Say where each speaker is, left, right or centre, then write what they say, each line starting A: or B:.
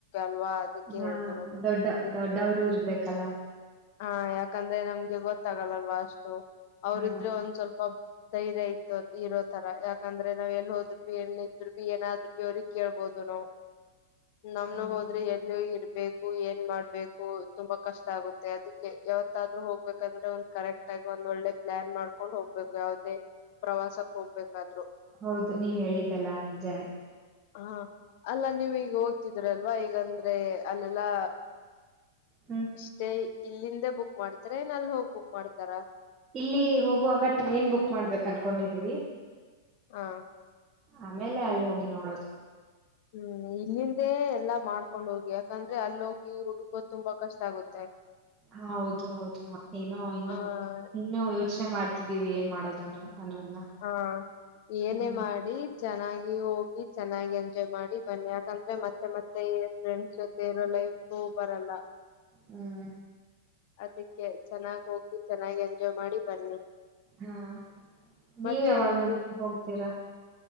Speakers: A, on the left (about 55°); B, on the right (about 20°).
A: ಲ್ವಾ ಅದಕ್ಕೆ
B: ಹಾ
A: ಹೇಳ್ತರೋದು
B: ದೊಡ್ಡ
A: ಅದಕ್ಕೆ.
B: ದೊಡ್ಡವರು ಇರ್ಬೇಕಲ್ಲ
A: ಹಾ ಯಾಕಂದ್ರೆ ನಮ್ಗೆ ಗೊತ್ತಾಗಲ್ಲಲ್ವಾ ಅಷ್ಟು ಅವ್ರಿದ್ರೆ
B: ಹಾ
A: ಒಂದ್ ಸ್ವಲ್ಪ. ಧೈರ್ಯ ಇಯತ ಇರೋ ತರ ಯಾಕಂದ್ರೆ ನಾವ್ ಎಲ್ಲಿ ಹೋದ್ರು ಭ ಬಿ ಎಲ್ಲ ಇದ್ರು ಭ ಏನಾದ್ರು ಭ ಅವ್ರಿಗೆ ಕೇಳ್ಬೋದು. ಹದನೋ. ನಮ್ನ
B: ಹಾ
A: ಹೋದ್ರೆ ಎಲ್ಲ ಇರ್ಬೇಕು ಏನ್ ಮಾಡ್ಬೇಕು ತುಂಬಾ ಕಷ್ಟ ಆಗುತ್ತೆ. ಅದಕ್ಕೆ ಯಾವತ್ತಾದ್ ಹೋಗ್ಬೇಕಂದ್ರೆ ಒಂದ್ ಕರೆಕ್ಟ್ ಆಗಿ ಒಂದ್ ಒಳ್ಳೆ ಪ್ಲಾನ್ ಮಾಡ್ಕೊಂಡ್ ಹೋಗ್ಬೇಕು ಯಾವದೇ. ಪ್ರವಾಸಕ್ ಹೋಗ್ಬೇಕಾದ್ರು.
B: ಹೌದು ನೀವ್ ಹೇಳಿದ್ದಲ್ಲಾ ನಿಜಾನೇ.
A: ಹಾ ಅಲ್ಲ ನೀವ್ ಈಗ ಹೋಗ್ತಿದ್ರಲ್ವಾ ಈಗಂದ್ರೆ ಅಲ್ಲೆಲ್ಲಾ.
B: ಹ್ಮ್
A: ಅಷ್ಟೇ ಇಲ್ಲಿಂದ ಬುಕ್ ಮಾಡ್ತಾರ ನ ಅಲ್ಲಿ ಹೋಗಿ ಬುಕ್ ಮಾಡ್ತಾರ.
B: ಇಲ್ಲಿ ಹೋಗುವಾಗ ಟ್ರೇನ್ ಬುಕ್ ಮಾಡ್ಬೇಕು ಅನ್ಕೊಂಡಿದೀವಿ.
A: ಹಾ.
B: ಆಮೇಲೆ ಅಲ್ಲಿ ಹೋಗಿ ನೋಡೋದು.
A: ಹ್ಮ್ ಇಲ್ಲಿಂದೇ ಎಲ್ಲಾ ಮಾಡ್ಕೊಂಡ್ ಹೋಗಿ ಯಾಕಂದ್ರೆ ಅಲ್ಲಿ ಹೋಗಿ ಹುಡ್ಕೋ ತುಂಬಾ ಕಷ್ಟ ಆಗುತ್ತೆ.
B: ಹ ಹೌದು ಹೌದುಮ್ಮ ಏನೋ ಇನ್ನು
A: ಆ
B: ಇನ್ನು ಯೋಚನೆ ಮಾಡ್ತಿದ್ದೀವಿ ಏನ್ ಮಾಡೋದನ್ನ. ಅನ್ನೋದ್ನ
A: ಹಾ ಏನೇ
B: ಹ್ಮ್
A: ಮಾಡಿ. ಚೆನ್ನಾಗಿ ಹೋಗಿ ಚೆನ್ನಾಗಿ ಎಂಜಾಯ್ ಮಾಡಿ ಬನ್ನಿ ಯಾಕಂದ್ರೆ ಮತ್ತೆ ಮತ್ತೆ. ೊ ಫ್ರೆಂಡ್ಸ್ ಜೊತೆ ಇರೋ ಲೈಫ್ ಬರಲ್ಲ
B: ಹ್ಮ್
A: ಅದ. ಚೆನ್ನಾಗ್ ಹೋಗಿ ಚೆನ್ನಾಗಿ ಎಂಜಾಯ್ ಮಾಡಿ ಬನ್ನಿ.
B: ಹಾ ನೀವ
A: ಮತ್ತೆ
B: ಯಾವಾಗನ್
A: ನೀವು
B: ಹೋಗ್ತೀರಾ.